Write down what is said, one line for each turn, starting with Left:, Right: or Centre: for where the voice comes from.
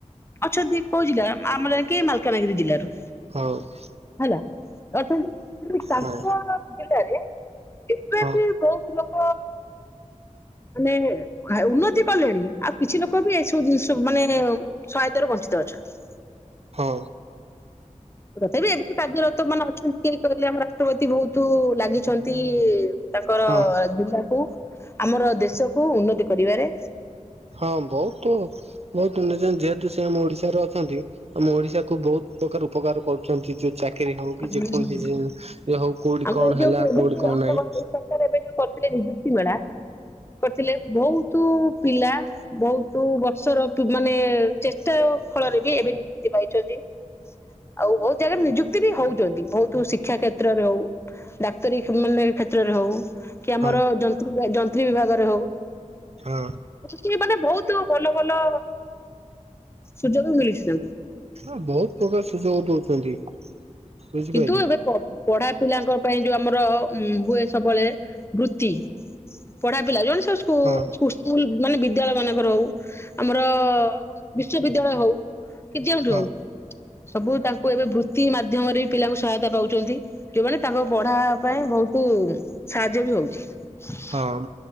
Left: ଅଛନ୍ତି କୋଉ ଜିଲ୍ଲାରୁ ଆମର କି ମାଲକାନଗିରି ଜିଲ୍ଲାରୁ।
Right: ହଁ
Left: ହେଲା ଅଛନ୍ତି ତାଙ୍କ
Right: ହଁ
Left: ଜିଲ୍ଲାରେ ଏବେ
Right: ହଁ।
Left: ବି ବହୁତ ଲୋକ ମାନେ ଉନ୍ନତି କଲେଣି ଆଉ କିଛି ଲୋକ ବି ଏସବୁ ଜିନିଷ ମାନେ ସହାୟତାରୁ ବଞ୍ଚିତ ଅଛନ୍ତି।
Right: ହଁ।
Left: ତଥାପି ଏବେଠୁ କାର୍ଯ୍ୟରତ ମାନ ଅଛନ୍ତି କିଏ କହିଲେ ଆମ ରାଷ୍ଟ୍ରପତି ବହୁତୁ-ଉ-ଉ-ଉ ଲାଗିଛନ୍ତି-ଇ-ଇ-ଇ ତାଙ୍କର-ଅ-ଅ-ଅ
Right: ହଁ
Left: ଜିଲ୍ଲାକୁ ଆମର ଦେଶକୁ ଉନ୍ନତି କରିବାରେ।
Right: ହଁ ବହୁତୁ ବହୁତୁ <unintelligible> ଯେହେତୁ ସେ ଆମ ଓଡିଶାରେ ଅଛନ୍ତି ଆମ ଓଡିଶା କୁ ବହୁତ ପ୍ରକାର ଉପକାର କରୁଛନ୍ତି ଯେ ଚାକିରୀ ହଉ
Left: ହୁଁ
Right: କି ଯେକୌଣସି
Left: ହୁଁ।
Right: ହଉ କୋଉଠି
Left: ଆମର
Right: କଣ
Left: ଏଇ ଯୋଉ
Right: ହେଲା
Left: ଏବେ
Right: କୋଉଠି
Left: ଯୋଉ
Right: କଣ
Left: ଆମ
Right: ନାହିଁ
Left: ଏଇ ସରକାର ଏବେ ଯୋଉ କରିଥିଲେ ନିଯୁକ୍ତି ମେଳା କରିଥିଲେ ବହୁତୁ-ଉ-ଉ ପିଲା ବହୁତୁ ବର୍ଷର ପି ମାନେ-ଏ-ଏ ଚେଷ୍ଟା ଫଳରେ ବି ଏବେ ବି ନିଯୁକ୍ତି ପାଇଛନ୍ତି। ଆଉ ବହୁତ ଜାଗାରେ ନିଯୁ କ୍ତି ବି ହଉଛନ୍ତି ବହୁତୁ ଶିକ୍ଷା କ୍ଷେତ୍ରରେ ହଉ ଡାକ୍ତରୀ ମାନେ କ୍ଷେତ୍ରରେ ହଉ। କି ଆମର
Right: ହଁ
Left: ଯନ୍ତ୍ରୀ ଯନ୍ତ୍ରୀ ବିଭାଗରେ ହଉ।
Right: ହଁ।
Left: ସେ ମାନେ ବହୁତୁ ଭଲ ଭଲ ସୁଯୋଗ ମିଳିଛି ତାଙ୍କୁ।
Right: ହଁ ବହୁତ ପ୍ରକାର ସୁଯୋଗ ଦଉଛନ୍ତି। ବୁଝିପାରିଲି
Left: କିନ୍ତୁ ଏବେ ପ ପଢା ପିଲାଙ୍କ ପାଇଁ ଯୋଉ ଆମର-ଅ-ଅ ଉ-ଉ ହୁଏ ସବୁବେଳେ ବୃତ୍ତି ପଢା ପିଲା ଜଣ ସ ସ୍କୁ
Right: ହଁ
Left: ସ୍କୁ ସ୍କୁଲ ମାନେ ବିଦ୍ୟାଳୟ ମାନଙ୍କର ହଉ ଆମର-ଅ-ଅ-ଅ ବିଶ୍ୱବିଦ୍ୟାଳୟ ହଉ କି ଯେଉଁଠୁ
Right: ହଁ
Left: ହଉ ସବୁ ତାଙ୍କୁ ଏବେ ବୃତ୍ତି ମାଧ୍ୟମରେ ବି ପିଲାଙ୍କୁ ସହାୟତା ପାଉଛନ୍ତି। ଯଉମାନେ ତାଙ୍କ ପଢା-ଆ ପାଇଁ ବହୁତୁ ସାହାଯ୍ୟ ବି ହଉଛି।
Right: ହଁ।